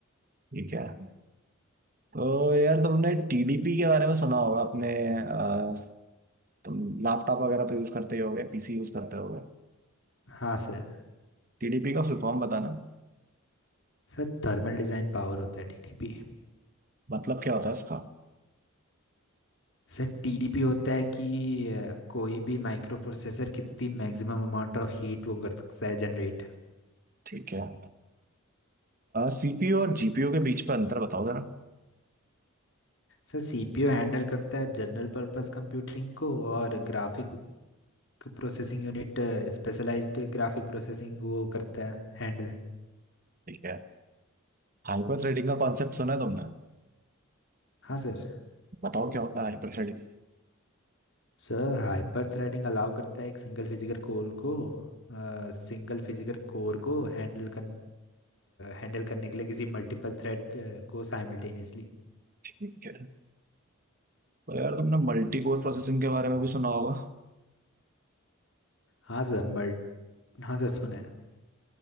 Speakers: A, on the right (about 40°); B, on the left (about 55°).
A: ठीक है तो यार तुमने टीडीपी के बारे में सुना होगा अपने अ, तुम लैपटॉप वगैरह तो यूज करते ही होगे पीसी यूज करते होगे
B: हाँ sir
A: टीडीपी का फुल फॉर्म बताना
B: Sir thermal design power होता है टीटीपी
A: मतलब क्या होता है इसका
B: सर टीडीपी होता है कि अ, कोई भी माइक्रो प्रोसेसर कितनी मैक्सिमम अमाउंट ऑफ हीट वो कर सकता है जनरेट
A: ठीक है सीपीयू और जीपीयू के बीच पर अंतर बताओ जरा
B: सर सीपीयू हैंडल करता है जनरल पर्पस कंप्यूटिंग को और graphic processing unit specialized graphic processing वो करता है हैंडल
A: ठीक है हाइपर थ्रेडिंग का कॉन्सेप्ट सुना है तुमने
B: हाँ sir
A: बताओ क्या होता है हाइपर थ्रेडिंग
B: Sir hyper threading allow करता है एक सिंगल फिजिकल कोर को सिंगल फिजिकल कोर को हैंडल कर हैंडल करने के लिए किसी मल्टीपल थ्रेड को साइमल्टेनियसली
A: ठीक है तो यार तुमने मल्टी कोर प्रोसेसिंग के बारे में भी सुना होगा
B: हाँ सर मल्ट हाँ सर सुना है